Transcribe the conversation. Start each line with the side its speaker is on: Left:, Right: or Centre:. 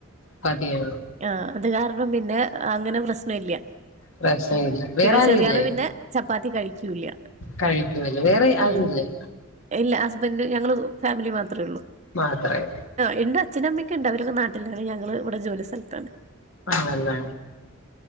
Left: ചപ്പാത്തിയോ
Right: ആഹ് അത് കാരണം പിന്നെ അങ്ങനെ പ്രശ്നം ഇല്ല
Left: പ്രശ്നമില്ല വേറെ
Right: പിന്നെ
Left: ആരുമില്ലേ
Right: ചെറിയാള് പിന്നെ ചപ്പാത്തി കഴി ഇല്ല
Left: കഴിക്കുവല്ലോ വേറെ ആരുമില്ലേ
Right: ആഹ് ഇല്ല ഹസ്ബൻഡ് ഞങ്ങള് ഫാമിലി മാത്രേ ഉള്ളൂ
Left: മാത്രായി
Right: ആഹ് ഇണ്ട് അച്ഛനും അമ്മയൊക്കെ ഇണ്ട് അവരൊക്കെ നാട്ടിലാണ് ഞങ്ങള് ഇവിടെ ജോലി സ്ഥലത്താണ്
Left: ആണല്ലേ